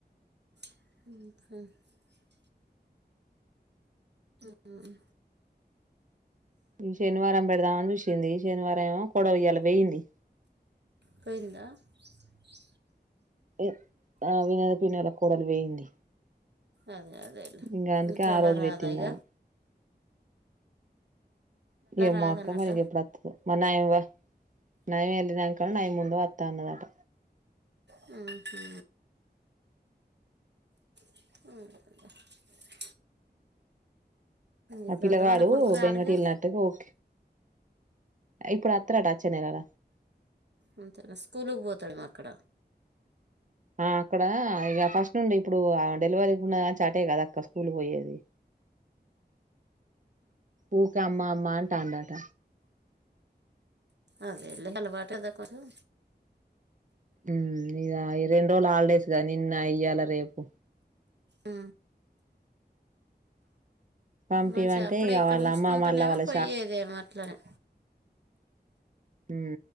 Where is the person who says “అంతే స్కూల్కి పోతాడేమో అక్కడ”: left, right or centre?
Right